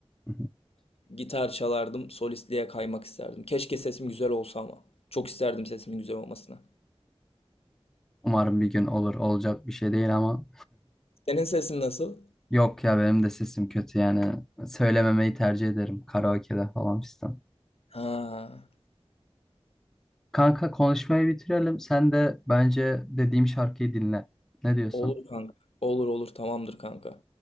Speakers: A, in the centre; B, on the left.
A: <laughs>
B: Gitar çalardım, solistliğe kaymak isterdim. Keşke sesim güzel olsa ama. Çok isterdim sesimin güzel olmasına.
A: Umarım bir gün olur. Olacak bir şey değil ama
B: Senin sesin nasıl?
A: yok ya benim de sesim kötü yani. Söylememeyi tercih ederim karaoke'de falan fistan.
B: Ha,
A: Kanka konuşmayı bitirelim. Sen de bence dediğim şarkıyı dinle. Ne diyorsun?
B: olur kanka. Olur olur tamamdır kanka.